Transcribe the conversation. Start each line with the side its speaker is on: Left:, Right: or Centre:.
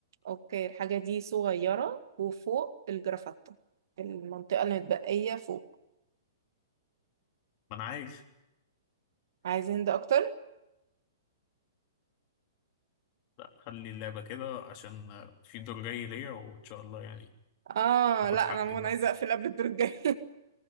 Right: اوكي الحاجة دي صغيرة وفوق الجرافطة المنطقة المتبقية فوق
Left: ما انا عارف
Right: عايز هند اكتر
Left: لا خلي اللعبة كده عشان آه، في دور جاي ليا وان شاء الله يعني
Right: اه
Left: اخد
Right: لا
Left: حقي
Right: انا عموما
Left: بقى
Right: عايزه اقفل قبل الدور الجاي